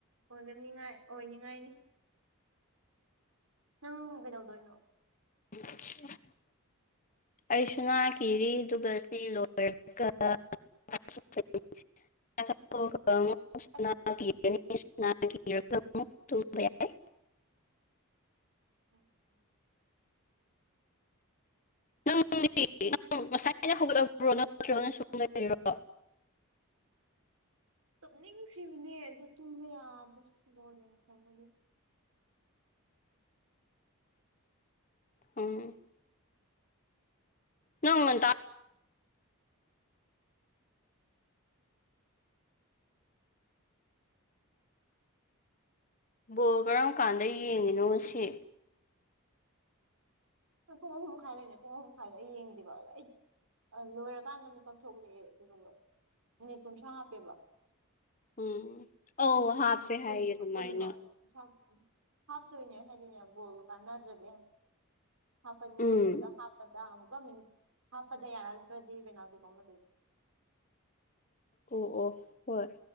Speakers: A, on the right; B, on the left.
A: ꯑꯗꯨꯝꯉꯥꯏ ꯑꯣꯏꯅꯤꯡꯉꯥꯏꯅꯤ ꯅꯪ ꯀꯩꯗꯧꯗꯣꯏꯅꯣ
B: <unintelligible> ꯑꯩꯁꯨ ꯉꯥ ꯀꯤꯔꯤ ꯑꯗꯨꯒ ꯁꯤ ꯂꯣꯏꯔꯒ <unintelligible>
A: ꯆꯥꯛ
B: ꯃꯨꯛ ꯇꯨꯝꯕ ꯌꯥꯏ
A: <inaudible>
B: ꯅꯪꯗꯤ ꯅꯪ ꯉꯁꯥꯏꯅ ꯍꯧꯒꯠꯂꯕ꯭ꯔꯣ ꯅꯠꯇ꯭ꯔꯒ‌ ꯁꯨꯝ ꯂꯩꯔꯣ
A: ꯇꯨꯝꯅꯤꯡꯈꯤꯕꯅꯦ ꯑꯗꯨ ꯇꯨꯝꯕ ꯌꯥꯗ꯭ꯔꯦ ꯕꯣꯜ ꯌꯦꯡꯈꯔꯕꯅꯤ
B: ꯎꯝ ꯅꯪ ꯉꯟꯇꯥ ꯕꯣꯜ ꯀꯔꯝ ꯀꯥꯟꯗ ꯌꯦꯡꯉꯤꯅꯣ ꯉꯁꯤ
A: ꯍꯣꯏ ꯄꯨꯡ ꯑꯍꯨꯝ ꯃꯈꯥꯏ ꯂꯩꯅꯦ ꯄꯨꯡ ꯑꯍꯨꯝ ꯃꯈꯥꯏꯗ ꯑꯩ ꯌꯦꯡꯗꯦꯕ ꯑꯗꯣ ꯑꯩ ꯂꯣꯏꯔꯀꯥꯟꯗ ꯃꯤꯀꯞ ꯊꯣꯛꯂꯛꯑꯦ ꯑꯗꯨꯒ ꯃꯤꯅꯤꯠ ꯀꯨꯟꯊ꯭ꯔꯥ ꯍꯥꯞꯄꯦꯕ
B: ꯎꯝ ꯑꯧ ꯍꯥꯞꯄꯦ ꯍꯥꯏꯌꯦ
A: ꯀꯟ
B: ꯑꯗꯨꯃꯥꯏꯅ
A: ꯀꯨꯟꯅ ꯍꯥꯞ ꯍꯥꯞꯇꯣꯏꯅꯦ ꯍꯥꯏꯗꯤꯅꯦꯕꯣꯜ ꯀꯥꯟꯅꯠꯇ꯭ꯔꯗ ꯍꯥꯞꯄꯅꯤ
B: ꯎꯝ
A: ꯑꯗꯨꯗ ꯍꯥꯞꯄꯗ ꯑꯃꯨꯛꯀ ꯃꯤꯅꯤꯠ ꯍꯥꯞꯄꯗ ꯌꯥꯔꯛꯇ꯭ꯔꯗꯤ ꯕꯦꯅꯥꯜꯗꯤꯤꯒꯥꯎꯅꯗꯣꯏꯕꯣ
B: ꯑꯣ ꯑꯣ ꯍꯣꯏ